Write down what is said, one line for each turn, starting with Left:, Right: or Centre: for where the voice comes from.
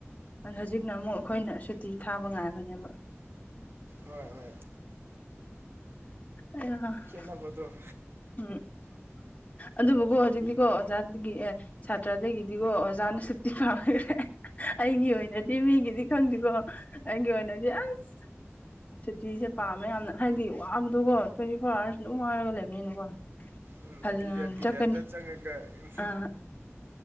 Left: ꯍꯧꯖꯤꯛꯅ ꯑꯃꯨꯛ ꯑꯩꯈꯣꯏꯅ ꯁꯨꯇꯤ ꯊꯥꯕ ꯉꯥꯏꯕꯅꯦꯕ
Right: ꯍꯣꯏ ꯍꯣꯏ
Left: ꯑꯌꯥ <inaudible>
Right: ꯈꯦꯠꯅꯕꯗꯣ
Left: ꯎꯝ ꯑꯗꯨꯕꯨꯀꯣ ꯍꯧꯖꯤꯛꯇꯤꯀꯣ ꯑꯣꯖꯥꯗꯒꯤ ꯑꯦ ꯁꯥꯇ꯭ꯔꯗꯒꯤꯗꯤꯀꯣ ꯑꯣꯖꯥꯅ ꯁꯨꯇꯤ ꯄꯥꯝꯈ꯭ꯔꯦ ꯑꯩꯒꯤ ꯑꯣꯏꯅꯗꯤ ꯃꯤꯒꯤꯗꯤ ꯈꯪꯗꯦꯀꯣ ꯑꯩꯒꯤ ꯑꯣꯏꯅꯗꯤ ꯑꯁ ꯁꯨꯇꯤꯁꯦ ꯄꯥꯝꯃꯦ ꯌꯥꯝꯅ ꯍꯥꯏꯗꯤ ꯋꯥꯕꯗꯣꯀꯣ ꯇ꯭ꯋꯦꯟꯇꯤ ꯐꯣꯔ ꯑꯥꯋꯥꯔꯁ ꯑꯗꯨꯝ ꯋꯥꯔꯒ ꯂꯩꯕꯅꯤꯅꯀꯣ
Right: ꯎꯝ
Left: ꯍꯜꯂ
Right: ꯄꯤꯔꯤꯌꯠ ꯄꯤꯔꯤꯌꯠ
Left: ꯆꯠꯀꯅꯤ
Right: ꯆꯪꯉꯒ ꯎ
Left: ꯑꯥ